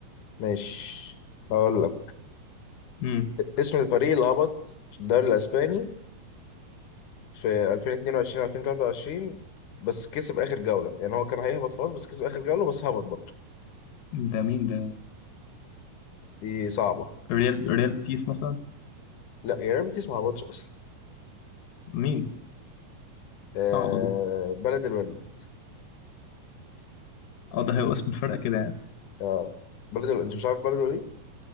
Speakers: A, on the left; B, on the left.
A: ماشي هقول لك
B: امم
A: اسم الفريق اللي هبط في الدوري الاسباني في 2022 2023 بس كسب اخر جوله يعني هو كان هيهبط خلاص بس كسب اخر جوله بس هبط برضه
B: ده مين ده
A: دي صعبه
B: ريال ريال بيتيس مثلا
A: لا يا ريت دي ما هبطش اصلا
B: مين
A: آه
B: صعبة دي
A: بلد الوليد
B: اه ده هيبقى اسم الفرقة كده يعني
A: اه بلد الوليد انت مش عارف بلد الوليد